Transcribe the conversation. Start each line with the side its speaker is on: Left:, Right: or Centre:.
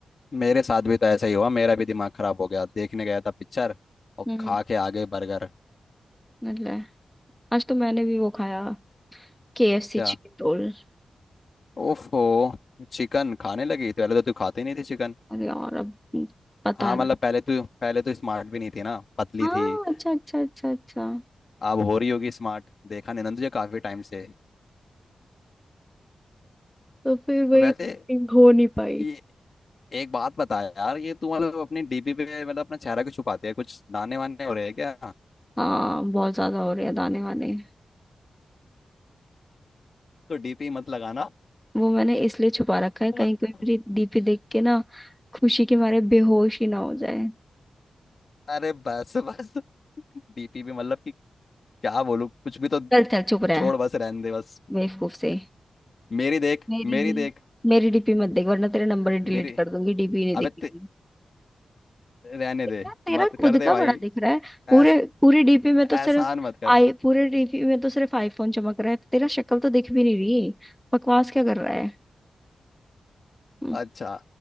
Left: मेरे साथ भी तो ऐसा ही हुआ मेरा भी दिमाग खराब हो गया देखने गया था पिक्चर और
Centre: हम्म
Left: खा के आ गए बर्गर
Centre: मतलब आज तो मैंने भी वो खाया के एफ सी
Left: क्या
Centre: चिकन रोल
Left: ओफो चिकन खाने लगी तो पहले तो तू खाती नहीं थी चिकन
Centre: अरे यार अब पता
Left: हाँ
Centre: है
Left: मतलब
Centre: ना
Left: पहले तू पहले तो स्मार्ट भी नहीं थी ना पतली
Centre: हाँ
Left: थी
Centre: अच्छा अच्छा अच्छा अच्छा
Left: अब हो रही होगी स्मार्ट देखा नहीं ना तुझे काफी टाइम से
Centre: तो फिर वही
Left: वैसे
Centre: meeting हो नहीं पाई
Left: ये एक बात बता यार ये तू मतलब अपनी डीपी पे मतलब अपना चेहरा क्यों छुपाती है कुछ दाने वाने हो रहे हैं क्या
Centre: हाँ बहुत ज्यादा हो रहे हैं दाने वाने
Left: तो डीपी मत लगाना
Centre: वो मैंने इसलिए छुपा रखा है
Left: <laughs>
Centre: कहीं कोई मेरी डीपी देख के ना खुशी के मारे बेहोश ही ना हो जाए
Left: अरे बस बस डीपी भी मतलब कि क्या बोलूं कुछ भी तो
Centre: चल चल चुप रहा
Left: छोड़
Centre: है
Left: बस रहने दे बस
Centre: बेवकूफ से
Left: मेरी देख
Centre: मेरी
Left: मेरी
Centre: भी
Left: देख
Centre: मेरी डीपी मत देख वरना तेरा नंबर ही डिलीट
Left: मेरी
Centre: कर दूंगी डीपी नहीं दिखेगी
Left: अबे ते, रहने दे
Centre: तेरा तेरा
Left: मत
Centre: खुद
Left: कर दे
Centre: का
Left: भाई
Centre: बड़ा दिख रहा है
Left: ऐस
Centre: पूरे पूरी डीपी में तो सिर्फ
Left: एहसान मत कर
Centre: आई पूरे डीपी में तो सिर्फ आईफोन चमक रहा है तेरा शक्ल तो दिख भी नहीं रही बकवास क्या कर रहा है हम्म,
Left: अच्छा